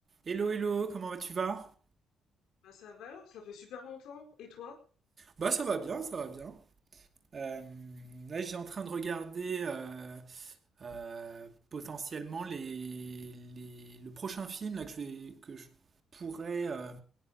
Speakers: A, on the right; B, on the left.
A: Hello, hello, comment vas tu vas?
B: Bah ça va, ça fait super longtemps. Et toi?
A: Bah ça va bien, ça va bien. Euh, là, j'ai en train de regarder euh, euh, potentiellement les, les- le prochain film là, que je vais, que je pourrais, euh,